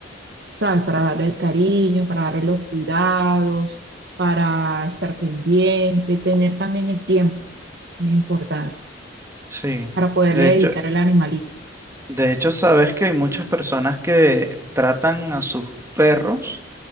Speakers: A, on the right (about 65°); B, on the right (about 15°).
A: ¿sabes? Para darle el cariño, para darle los cuidados, para estar pendiente, tener también el tiempo, muy importante,
B: Sí,
A: para poderle
B: de
A: dedicar
B: hecho,
A: al animalito.
B: de hecho sabes que hay muchas personas que tratan a sus perros